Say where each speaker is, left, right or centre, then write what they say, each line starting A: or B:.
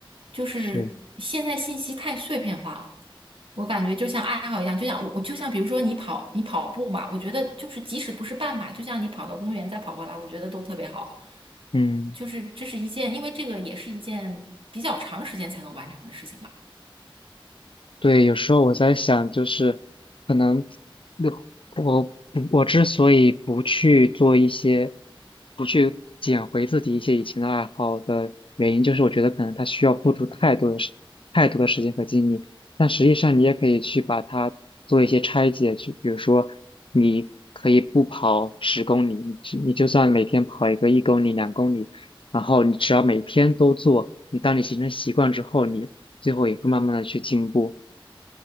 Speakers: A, on the right; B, on the left.
A: 就是现在信息太碎片化了，
B: 是，
A: 我感觉就像爱好一样，就像我我就像比如说你跑你跑步嘛，我觉得就是即使不是半马，就像你跑到公园再跑回来，我觉得都特别好。
B: 嗯，
A: 就是这是一件，因为这个也是一件比较长时间才能完成的事情嘛。
B: 对，有时候我在想，就是可能那我嗯我之所以不去做一些，不去捡回自己一些以前的爱好的原因，就是我觉得可能它需要付出太多的时太多的时间和精力。但实际上，你也可以去把它做一些拆解，就比如说，你可以不跑十公里，你只你就算每天跑一个一公里、两公里，然后你只要每天都做，你当你形成习惯之后，你最后也会慢慢的去进步。